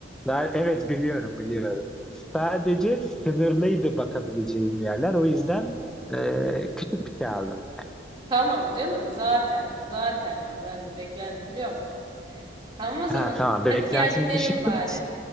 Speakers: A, in the centre; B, on the right.
A: Ben, evet biliyorum, biliyorum. Sadece sınırlıydı bakabileceğim yerler. O yüzden
B: Oo.
A: e, küçük bir şey aldım.
B: Tamam canım zaten. Zaten ya ben beklentim yok. Tamam o zaman.
A: Ha, tamam, beklentim
B: Hadi gel gidelim
A: dışı
B: bari.
A: tut.